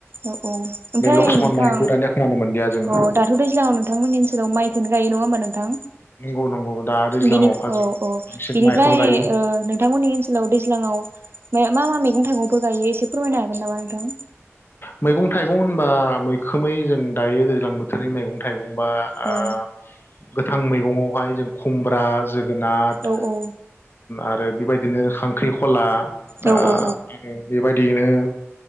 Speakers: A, on the right; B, on the left.
A: औ औ ओमफ्राय
B: बे लक्ष्मन
A: नोंथां
B: माइखौ दानिया खोनानो मोनदिया जों
A: औ दाथ दैज्लांआव नोंथांमोननि ओनसोलाव माइखौनो गायो नङा होमबा नोंथां?
B: नंगौ नंगौ दा दैज्लाङावहा
A: बिनि औ
B: जों
A: औ
B: बांसिन
A: बिनिफ्राय
B: माइखौनो गायो
A: ओ नोंथांमोननि ओनसोलाव दैज्लाङाव मा मा मै गं थाइंफोर गायो एसे फोरमायनो हागोन नामा नोंथां?
B: मैगं थाइगं होनबा मैखोमै जों दायो दैज्लां बोथोरनि मैगं थाइगं बुंबा आ
A: औ
B: गोथां मैगङावहाय जों खुमब्रा जोगोनथ
A: औ औ
B: आरो बेबायदिनो खांख्रिखला।
A: औ
B: आ
A: औ
B: बेनो बेबायदियैनो